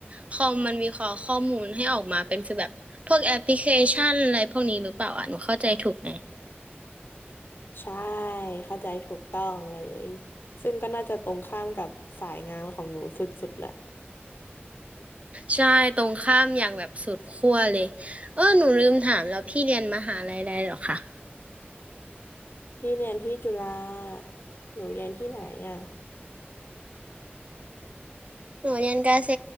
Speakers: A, on the right (about 35°); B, on the left (about 60°).
A: คอมมันวิเคราะห์ข้อมูลให้ออกมาเป็นฟีลแบบพวกแอปพลิเคชันอะไรพวกนี้หรือเปล่าอ่ะหนูเข้าใจถูกไหม
B: ใช่เข้าใจถูกต้องเลยซึ่งก็น่าจะตรงข้ามกับสายงานของหนูสุดๆแหละ
A: ใช่ตรงข้ามอย่างแบบสุดขั้วเลยเออหนูลืมถามแล้วพี่เรียนมหาลัยอะไรเหรอคะ
B: พี่เรียนที่จุฬาหนูเรียนที่ไหนอ่ะ
A: หนูเรียนเกษ